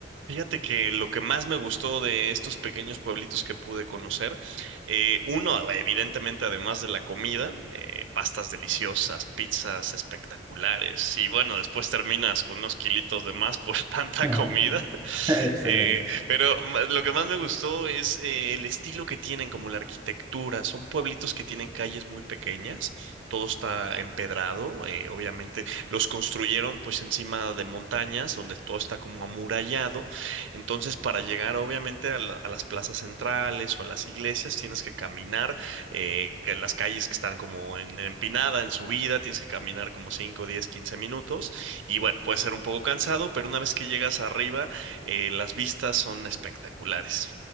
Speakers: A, on the right (about 85°); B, on the right (about 20°).
A: Fíjate que lo que más me gustó de estos pequeños pueblitos que pude conocer, eh, uno, evidentemente, además de la comida, eh, pastas deliciosas, pizzas espectaculares, y bueno, después terminas con unos kilitos de más por <laughs> tanta
B: <laughs>
A: comida.
B: <laughs> Excelente.
A: Eh, pero ma- lo que más me gustó es eh, el estilo que tienen, como la arquitectura. Son pueblitos que tienen calles muy pequeñas, todo está empedrado, eh, obviamente los construyeron pues encima de montañas, donde todo está como amurallado. Entonces, para llegar obviamente a, la- a las plazas centrales o a las iglesias, tienes que caminar, eh, que las calles que están como en, empinada, en subida, tienes que caminar como 5 10 15 minutos. Y bueno, puede ser un poco cansado, pero una vez que llegas arriba, eh, las vistas son espectaculares.